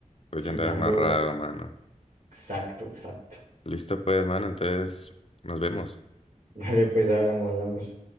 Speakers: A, on the left; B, on the right.
A: vos
B: Sí,
A: ya andas
B: ya
A: amarrado,
B: ando,
A: mano.
B: exacto, exacto.
A: Listo, pues, mano, entonces nos vemos.
B: <laughs> Vale, pues hablamos, hablamos.